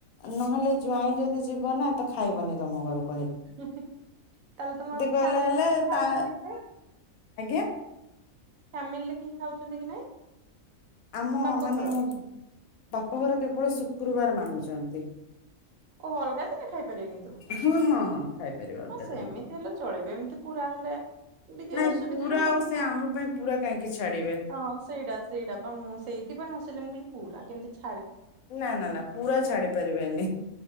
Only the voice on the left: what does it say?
ନହେଲେ ଜ୍ବାଇଁ ଯଦି ଯିବ ନା ତ ଖାଇବନି ତମ ଘରକୁ
କହିଲେ
ହେଲେ
ତା
ଆଜ୍ଞା
ଆମ
ମାନେ
ମୋ ବାପଘର କେବଳ ଶୁକ୍ରବାର ମାନୁଛନ୍ତି।
ହଁ ହଁ ହଁ ଖାଇପାରିବା ଅଲଗା
ଦିନେ।
ନାଇଁ
ପୁରା
ଆଉ ସେ
ଆମ
ପାଇଁ ପୁରା କାହିଁକି ଛାଡିବେ
ନା ନା ନା ପୁରା ଛାଡି ପାରିବେନି।